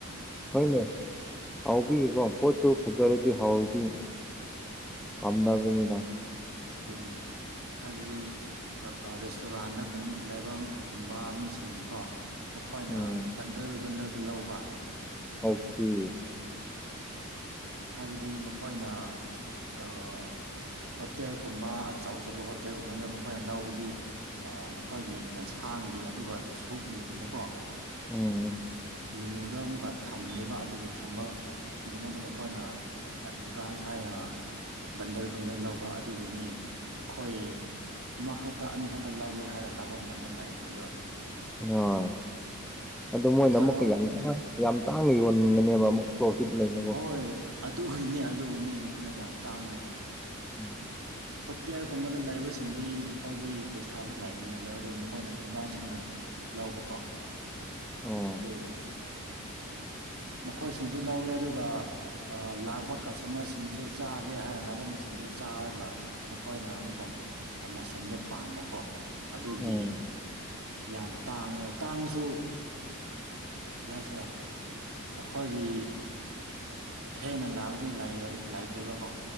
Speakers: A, in the centre; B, on the right.
A: ꯍꯣꯏꯅꯦ ꯍꯥꯎꯕꯤꯒꯤꯀꯣ ꯄꯣꯠꯇꯨ ꯐꯖꯔꯗꯤ
B: ꯍꯣꯏ
A: ꯍꯥꯎꯔꯗꯤ ꯄꯥꯝꯅꯕꯅꯤꯗ
B: ꯑꯗꯨꯅꯤ ꯍꯥꯏꯕꯗꯤ ꯑꯥ ꯔꯦꯁꯇꯨꯔꯥꯟꯗ ꯀꯨꯝ ꯂꯩꯕꯝ ꯀꯨꯝꯕ ꯃꯤꯁꯤꯡꯅꯀꯣ ꯃꯈꯣꯏꯅ
A: ꯎꯝ
B: ꯕꯟꯗꯜ ꯕꯟꯗꯜꯗ ꯂꯧꯕ
A: ꯍꯥꯎꯈꯤ
B: ꯍꯥꯏꯕꯗꯤ ꯃꯈꯣꯏꯅ <unintelligible> ꯍꯣꯠ ꯇꯦꯜꯀꯨꯝꯕ ꯑꯆꯧ ꯑꯆꯧꯕ ꯍꯣꯇꯦꯜꯒꯨꯝꯕꯗ ꯃꯈꯣꯏꯅ ꯂꯧꯕꯗꯤ ꯃꯈꯣꯏꯒꯤ ꯒꯟꯁꯥꯡꯒꯤ ꯑꯗꯨꯒ ꯁꯨꯞꯒꯤꯒꯨꯝꯕꯀꯣ
A: ꯑꯣ
B: ꯃꯤꯅꯨꯗ ꯑꯃꯨꯛꯀ ꯊꯝꯂꯦꯕ ꯑꯗꯨꯒꯤ ꯊꯝꯕꯒꯤꯗꯃꯛꯇ ꯃꯈꯣꯢ ꯈꯣꯏꯅ ꯑꯦꯗꯚꯥꯟꯁ ꯍꯥꯏꯅ ꯕꯟꯗꯜ ꯕꯨꯟꯗꯜ ꯂꯧꯕ ꯑꯗꯨꯒꯤꯅꯦ ꯑꯈꯣꯏ ꯑꯃꯈꯛꯇ ꯑꯅꯤꯈꯛꯇ ꯂꯧꯒꯦ ꯍꯥꯏꯔ ꯂꯥꯛꯄ ꯃꯇꯝꯗ ꯂꯥꯢꯇꯕꯗꯣ
A: ꯍꯣꯢ ꯑꯗꯨ ꯃꯣꯏꯅ
B: ꯊꯔꯣꯏ
A: ꯑꯃꯨꯛꯀ ꯌꯥꯝ ꯇꯥꯡ ꯌꯥꯝ ꯇꯥꯡꯅ ꯌꯣꯟꯒꯅꯦꯕ ꯑꯃꯨꯛ ꯄꯔꯣꯐꯤꯠ ꯂꯩꯅ
B: ꯍꯣꯏ ꯑꯗꯨꯒꯤꯅꯦ ꯑꯗꯨꯒꯤꯅꯤ ꯃꯈꯣꯏꯅ ꯌꯥꯝ ꯇꯥꯡꯅ
A: <inaudible>
B: ꯍꯣꯇꯦꯜꯒꯨꯝꯕꯗ ꯂꯩꯕꯁꯤꯡꯗꯤ ꯃꯈꯣꯏꯗꯤ ꯄꯩꯁꯥꯁꯨ ꯂꯥꯢꯒꯅꯤꯅ ꯑꯗ ꯑꯗꯨ ꯃꯈꯣꯏꯅ ꯑꯦꯗꯚꯥꯟꯁꯅ ꯂꯧꯕꯀꯣ
A: ꯑꯣ
B: ꯑꯗꯨ ꯃꯈꯣꯏꯁꯤꯡꯁꯨ ꯂꯧꯋꯦ ꯑꯗꯨꯒ ꯂꯥꯛꯄ ꯀꯁꯇꯃꯔꯁꯤꯡꯁꯨ ꯆꯥꯒꯦ ꯍꯥꯏꯅ ꯂꯥꯛꯄꯁꯤꯡꯁꯨ ꯆꯥꯔꯒ ꯃꯈꯣꯏꯅ ꯑꯃꯨꯛꯀ <unintelligible> ꯃꯁꯔꯨꯝꯗꯣ ꯄꯥꯝꯕꯀꯣ ꯑꯗꯨꯒꯤ
A: ꯎꯝ
B: ꯌꯥꯝ ꯇꯥꯡꯉꯦꯕ ꯇꯥꯡꯉꯁꯨ ꯀ꯭ꯔꯤ ꯍꯥꯏꯁꯤꯔꯥ ꯑꯈꯣꯏꯒꯤ ꯊꯦꯡꯅ ꯂꯥꯛꯑꯗꯤ ꯂꯩꯔꯦ ꯂꯩꯇꯦꯕꯀꯣ